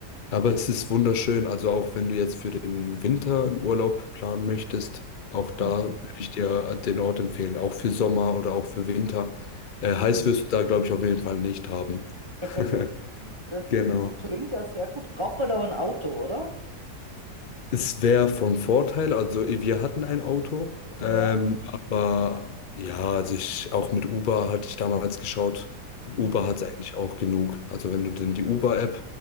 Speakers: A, on the left; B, on the right.
A: Aber es ist wunderschön, also auch wenn du jetzt für den Winter einen Urlaub planen möchtest, auch
B: Mhm.
A: da würde ich dir den Ort empfehlen, auch für Sommer oder auch für Winter. Äh,
B: Mhm.
A: heiß wirst du da, glaube ich, auf jeden Fall nicht haben.
B: <laughs>
A: <laughs>
B: Das
A: Genau.
B: klingt ja sehr gut. Braucht man aber ein Auto, oder?
A: Es wäre von Vorteil, also wir hatten ein Auto,
B: Ja.
A: ähm, aber ja, also ich, auch mit Uber hatte ich damals geschaut. Uber
B: Mhm.
A: hat es eigentlich auch genug. Also wenn du denn die Uber-App